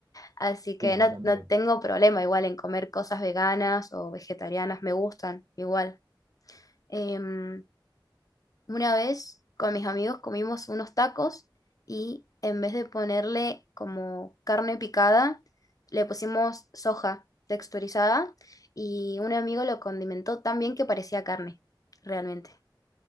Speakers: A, on the left; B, on the right.
A: Así que
B: sí, a
A: no,
B: mí también.
A: no tengo problema igual en comer cosas veganas o vegetarianas, me gustan igual. Em, una vez con mis amigos comimos unos tacos y en vez de ponerle como carne picada, le pusimos soja texturizada y un amigo lo condimentó tan bien que parecía carne, realmente.